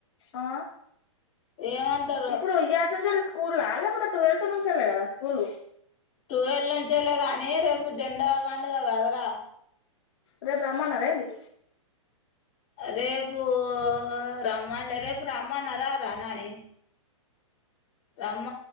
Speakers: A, on the left; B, on the left.
A: ఆ
B: ఏమంటారో
A: ఇప్పుడు ఇయ్యాటినించేలి స్క స్కూల్లా లేప్ తే ట్వెల్వెత్ నుంచల్లే కదా స్కూళ్లు
B: టూవెల్ నుంచేల్లే గానీ రేపు జెండా పండుగ కదరా
A: రేపు రామన్నరా ఏంది
B: రేపు రమ్మన్లే రేపు రమ్మన్న రా రా నాని రమ